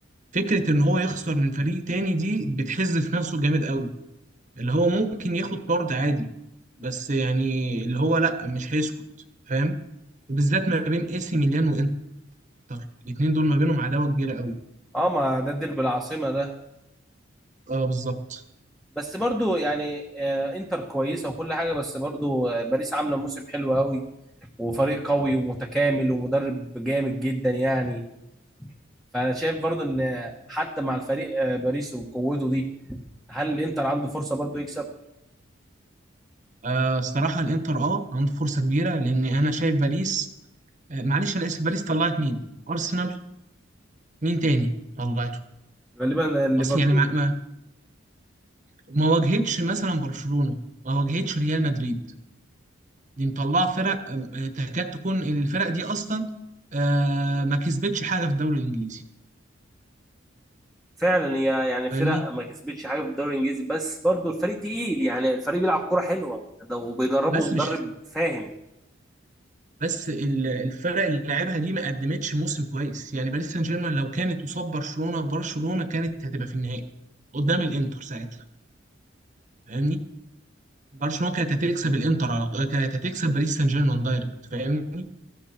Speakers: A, on the right (about 40°); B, in the centre.
A: فكره ان هو يخسر من فريق تاني دي بتحز في نفسه جامد قوي اللي هو ممكن ياخد طرد عادي بس يعني اللي هو لا مش هيسكت فاهم بالذات ما بين اي سي ميلان وانتر الاثنين دول ما بينهم عداوه كبيره قوي
B: اه ما ده الديربي العاصمه ده
A: اه بالظبط
B: بس برضو يعني آه، انتر كويسه وكل حاجه بس برضو آه، باريس عامله موسم حلو قوي وفريق قوي ومتكامل ومدرب جامد جدا يعني فانا شايف برضو ان حتى مع الفريق آه، باريس وقوته دي هل الانتر عنده فرصه برضو يكسب
A: آه الصراحه الانتر اه عنده فرصه كبيره لان انا شايف باريس آه، معلش انا اسف باريس طلعت مين ارسنال مين تاني طلعته
B: غالبا ليفربول
A: اصل يعني ما ما, ما واجهتش مثلا برشلونة ما واجهتش ريال مدريد دي مطلعه فرق آه، تكاد تكون الفرق دي اصلا آه، ما كسبتش حاجه في الدوري الانجليزي
B: فعلا هي يعني
A: فاهمني
B: فرق ما كسبتش حاجه في الدوري الانجليزي بس برضو الفريق تقيل يعني الفريق بيلعب كرة حلوه ده وبيدربه
A: بس
B: مدرب
A: مش
B: فاهم
A: بس ال- الفرق اللي لعبها دي ما قدمتش موسم كويس يعني باريس سان جيرمان لو كانت قصاد برشلونة برشلونة كانت هتبقى في النهائي قدام الانتر ساعتها فاهمني برشلونة كانت هتكسب الانتر على طول، كانت هتكسب باريس سان جيرمان دايركت فاهمني